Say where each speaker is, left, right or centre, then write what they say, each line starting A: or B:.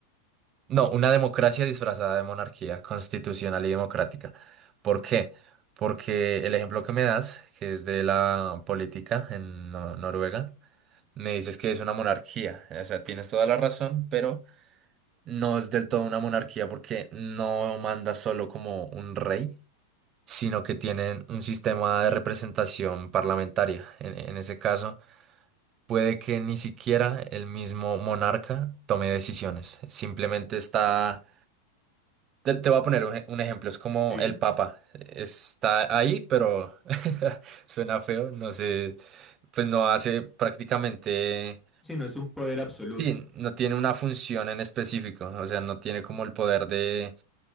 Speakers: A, on the right; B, in the centre.
A: No, una democracia disfrazada de monarquía constitucional y democrática. ¿Por qué? Porque el ejemplo que me das, que es de la política en Nor- Noruega, me dices que es una monarquía. O sea, tienes toda la razón, pero no es del todo una monarquía porque no manda solo como un rey, sino que tienen un sistema de representación parlamentaria. En, en ese caso, puede que ni siquiera el mismo monarca tome decisiones. Simplemente está te, te voy a poner un, ej- un ejemplo, es como
B: Sí,
A: el Papa. Está ahí, pero <laughs> suena feo, no sé, pues no hace prácticamente,
B: si no es un poder absoluto.
A: sí, no tiene una función en específico, o sea, no tiene como el poder de